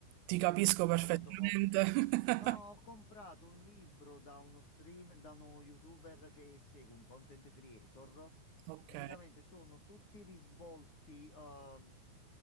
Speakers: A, on the right; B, on the left.
A: Ti capisco perfettamente.
B: Secondo, ho... No,
A: <laughs>
B: ho comprato un libro da uno stream, da uno YouTuber che segue un content creator.
A: Ok,
B: Praticamente sono tutti risvolti ehm,